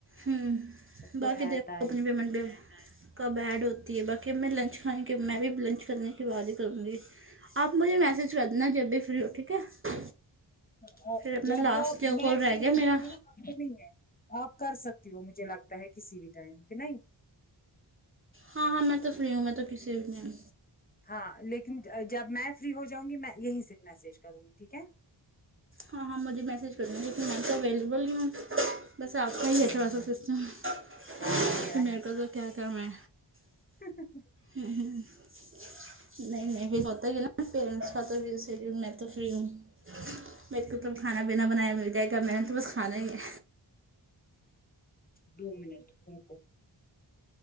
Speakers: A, on the right; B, on the left.
A: ہوں
B: اس کو
A: باقی
B: ہے ٹائم
A: اپنی منڈے <unintelligible> کب ایڈ ہوتی ہے باقی میں لنچ کھانے کے میں بھی لنچ کرنے کے بعد ہی کروں گی آپ مجھے میسج کر دینا جب بھی فری ہو ٹھیک ہے
B: ہاں
A: پھر اپنا
B: جب
A: لاسٹ جو
B: میں
A: کال رہ
B: فری
A: گیا
B: ہو
A: میرا
B: جاؤں گی نا یہ نہیں ہے آپ کر سکتی ہو مجھے لگتا ہے کسی بھی ٹائم کہ نہیں
A: ہاں ہاں میں تو فری ہوں میں تو کسی بھی ہوں
B: ہاں لیکن جب میں فری ہو جاؤں گی میں یہیں سے میسج کروں گی ٹھیک ہے
A: ہاں ہاں مجھے میسج کر دوں لیکن میں تو اویلیبل ہی ہوں بس آپ کا ہی ہے
B: ہوں
A: تھوڑا سا سسٹم پھر
B: ہاں میرا
A: میرے کو تو کیا کرم ہے
B: ہی ہی ہی
A: نہیں نہیں پھر ہوتا ہی نا پیررینٹس خاتر بھی سرین ن تو فری ہوں میرے کو تو کھانا پینا بنایا مل جائے گا میں نے تو بس کھانا ہی ہے
B: دو منٹ روکو